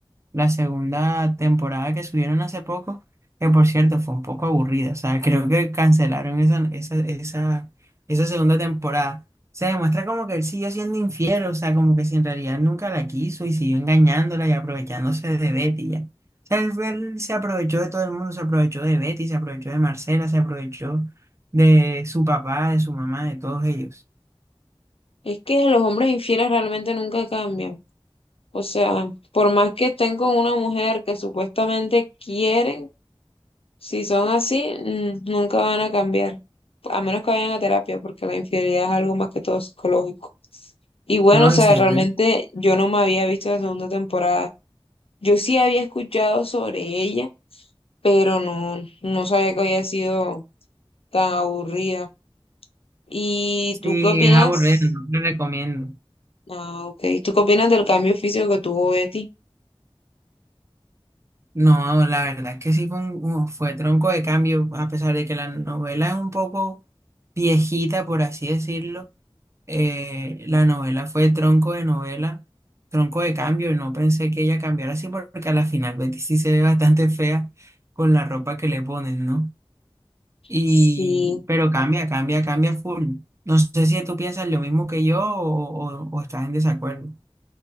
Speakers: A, on the right (about 30°); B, on the left (about 75°).
A: la segunda temporada que subieron hace poco, que por cierto fue un poco aburrida, o sea, creo que cancelaron esa, esa, esa, esa segunda temporada. Se demuestra como que él siguió siendo infiel, o sea, como que si en realidad nunca la quiso y siguió engañándola y aprovechándose de Betty ya. O sea, él, él se aprovechó de todo el mundo, se aprovechó de Betty, se aprovechó de Marcela, se aprovechó de su papá, de su mamá, de todos ellos.
B: Es que los hombres infieles realmente nunca cambian. O sea, por más que estén con una mujer que supuestamente quieren, si son así, mm, nunca van a cambiar. A menos que vayan a terapia, porque la infidelidad es algo más que todo psicológico. Y bueno,
A: No,
B: o sea,
A: y si
B: realmente
A: es,
B: yo no me había visto la segunda temporada. Yo sí había escuchado sobre ella pero no, no sabía que había sido tan aburrida. ¿Y
A: sí,
B: tú qué opinas?
A: es aburrido, no te recomiendo.
B: Ah, ok. ¿Tú qué opinas del cambio físico que tuvo Betty?
A: No, la verdad es que sí fue, un- un- fue tronco de cambio, a pesar de que la novela es un poco viejita, por así decirlo. eh, la novela fue tronco de novela, tronco de cambio, y no pensé que ella cambiara así, porque a la final Betty sí se ve bastante fea con la ropa que le ponen, ¿no? Y,
B: Sí,
A: pero cambia, cambia, cambia full. No sé si tú piensas lo mismo que yo o, o o estás en desacuerdo.